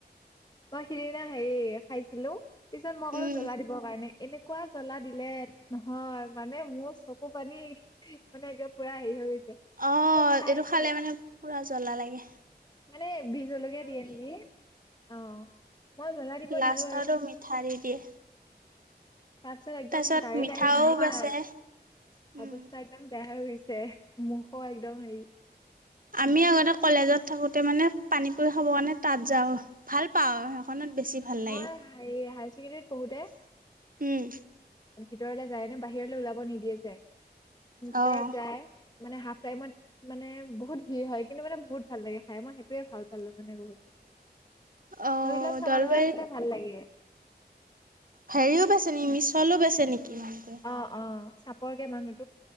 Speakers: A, on the left; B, on the right.
A: মই সিদিনা হেৰি খাইছিলো পিছত মই ক'লো
B: উম,
A: জ্বলা দিবৰ কাৰণে এনেকুৱা জ্বলা দিলে নহয় মানে মোৰ চকু পানী মানে একে পোৰা হেৰি হৈ গৈছে
B: অ
A: পিছত খাই
B: এইটো
A: কৰি
B: খালে মানে পোৰা জ্বলা লাগে
A: মানে বিজলকীয়া দিয়ে নেকি অ মই জ্বলা দিব
B: লাষ্ট
A: দিলো
B: আৰু মিঠাই দিয়ে
A: তাৰ পিছত একদম
B: তাৰপিছত
A: গাড়ীত
B: মিঠাও
A: আহিছো নহয়
B: বেচে উম
A: অৱস্থা একদম বেয়া হৈ গৈছে ছে মুখো একদম হেৰি
B: আমি আগতে কলেজত থাকোতে মানে পানী পুৰি খাব কাৰণে তাত যাওঁ ভাল পাওঁ বেছি ভাল
A: মই
B: লাগে
A: হেৰি হায়াৰ ছেকেণ্ডৰীত পঢ়োতে
B: উম
A: ভিতৰলৈ যায় নে বাহিৰলৈ ওলাব নিদিয়ে যে ভিতৰত
B: অঁ
A: যায় মানে হাফ টাইমত মানে বহুত ভিৰ হয় কিন্তু মানে বহুত ভাল লাগে খাই মই সেইটোৱে ভাল পালো মানে বহুত
B: <inaudible> <unintelligible> অঁ
A: ধৰি লোৱাক চানাটানা
B: দলবাৰী
A: দিলে ভাল লাগে
B: হেৰিও বেছে নেকি মিছলো বেছি নেকি মানুহটোৱে
A: অ অ চাপৰ কে মানুহ।